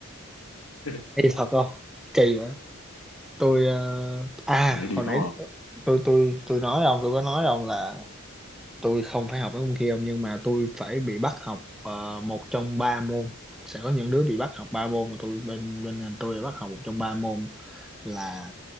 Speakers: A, on the left; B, in the centre.
A: <laughs>
B: Kỳ thật không? Kỳ vậy. Tôi ờ, à
A: Ông nghe đi
B: hồi
A: đúng
B: nãy
A: không
B: tôi tôi tôi nói với ông tôi có nói với ông là tôi không phải học mấy môn kia ông nhưng mà tôi phải bị bắt học ờ, một trong ba môn sẽ có những đứa bị bắt học ba môn mà tôi bên bên ngành tôi bị bắt học một trong ba môn là